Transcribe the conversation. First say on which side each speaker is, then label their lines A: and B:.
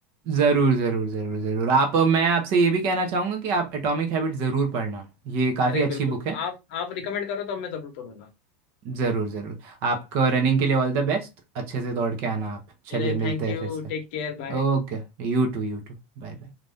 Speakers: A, on the right (about 35°); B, on the left (about 50°).
A: ज़रूर ज़रूर ज़रूर ज़रूर आप मैं आपसे ये भी कहना चाहूँगा कि आप एटॉमिक हैबिट ज़रूर पढ़ना ये काफ़ी
B: अरे
A: अच्छी
B: बिल्कुल
A: बुक है
B: आप आप रिकमेंड करो तो मैं जरूर करूंगा
A: ज़रूर ज़रूर आपका रनिंग के लिए ऑल द बेस्ट अच्छे से दौड़ के आना आप चलिए
B: चले thank
A: मिलते
B: you
A: हैं फिर से
B: take care bye
A: Okay You too you too bye bye